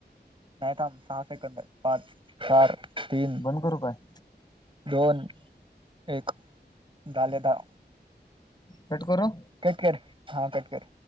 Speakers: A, on the right; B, on the left.
A: नाहीथम सहा सेकंद पाच चार तीन
B: बंद करू काय?
A: दोन एक ाले दहा.
B: पटकरो?
A: कट कर हा कट कर.